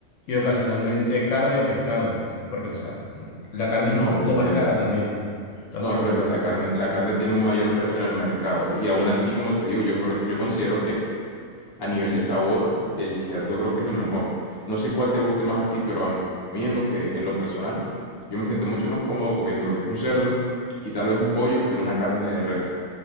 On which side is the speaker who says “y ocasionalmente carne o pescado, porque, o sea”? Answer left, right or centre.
Left